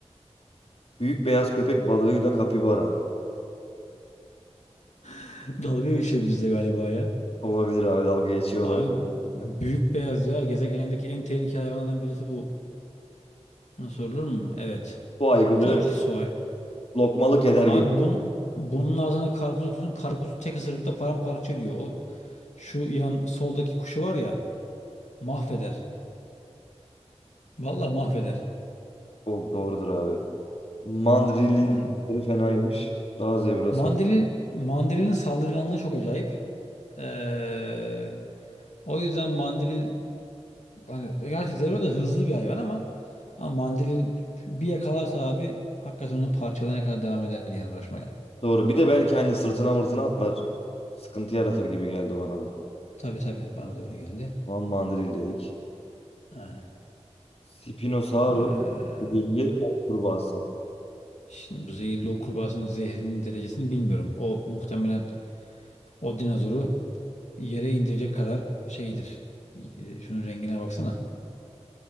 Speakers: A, on the left; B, on the left.
A: Büyük beyaz köpek balığıyla kapibara.
B: <laughs> Dalga geçiyor bizde galiba ya.
A: Olabilir abi dalga geçiyor
B: Abi
A: olabilir. gerçekten.
B: büyük beyaz ya. Gezegendeki en tehlikeli hayvanlardan birisi bu. Buna sorulur mu? Evet.
A: Bu aygırı
B: Tabii ki soğan.
A: lokmalık eder
B: Abi
A: gibi.
B: bun, bunun ağzına karpuz atıyorsun. Karpuzu tek ısırıkta paramparça ediyor. O şu yan soldaki kuşu var ya mahveder. Vallahi mahveder.
A: O doğrudur abi. Mandrilin
B: Man
A: dişleri fenaymış. Daha zebrası
B: mandril mandrilin saldırganlığı çok acayip. Ee, o yüzden mandril hani gerçi Zero da hızlı bir hayvan ama ama mandril bir yakalarsa abi hakikaten onu parçalayana kadar devam eder yani uğraşmaya.
A: Doğru. Bir de belki hani sırtına mırtına atlar. Sıkıntı yaratır gibi geldi bana da.
B: Tabii tabii bana da öyle geldi.
A: Van Mandril dedik.
B: Aynen.
A: Spinosaurus.
B: Ee,
A: Zehirli ok kurbağası.
B: şimdi bu zehirli o kurbağasının zehrinin derecesini bilmiyorum. O muhtemelen o dinozoru yere indirecek kadar şeydir. Ee, Şunun rengine baksana.